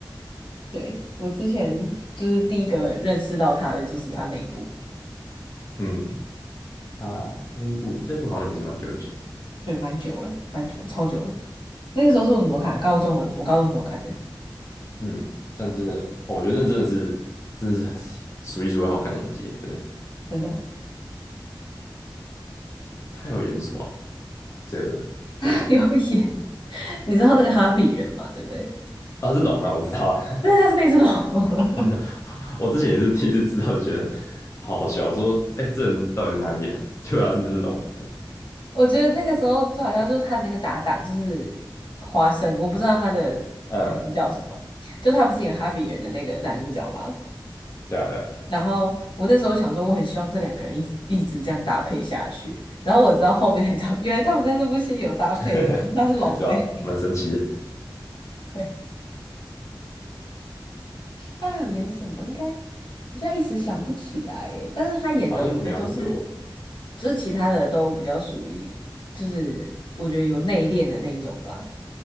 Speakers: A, on the left (about 75°); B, on the left (about 35°).
A: 对，我之前就是第一个认识到他的就是他那一部，
B: 嗯，他那一部那部好像也是蛮久以前的。
A: 对，蛮久了，蛮久了，超久了。那个时候是我什么时候看高中了，我高中时候看的，
B: 嗯，但真的，哦我觉得那真的是真的是数一数二好看的演技，真的。
A: 真的。
B: 他有演什么啊这个这个演员
A: <laughs> 他有演，<laughs> 你知道那个哈比人嘛？对不对？
B: 啊，是龙啊，我知道啊。
A: 对，他是那只龙。<laughs>
B: <laughs> 我之前也是第一次知道，就觉得好好笑。我说，哎、这人到底在哪里演的、啊？结果他真的是龙。
A: 我觉得那个时候最好笑就是他那个搭档就是花生，我不知道他的名字叫什么，
B: <laughs> 嗯，
A: 就他不是演哈比人的那个男主角吗？
B: 对啊，对啊。
A: 然后我那时候想说，我很希望这两个人一直一直这样搭配下去。然后我直到后面才知道，原来他们在这部戏有搭配，
B: <laughs>
A: 那是龙而已。
B: 对啊，蛮神奇的，
A: <laughs> 对。他还有演什么？应该我现在一时想不起来耶。但是他演的，
B: 好像没有很多。
A: 我觉得都是，就是其他的都比较属于，就是我觉得有内敛的那一种吧，